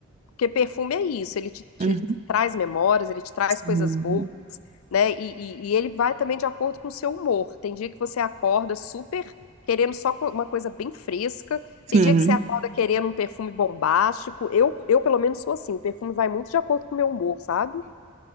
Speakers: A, on the left; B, on the right.
A: Porque perfume é isso, ele te, te
B: uhum,
A: traz memórias, ele te traz
B: sim,
A: coisas boas, né? E, e, e ele vai também de acordo com o seu humor. Tem dia que você acorda super querendo só co- uma coisa bem fresca,
B: sim,
A: tem dia que você acorda querendo um perfume bombástico. Eu, eu pelo menos, sou assim, o perfume vai muito de acordo com o meu humor, sabe?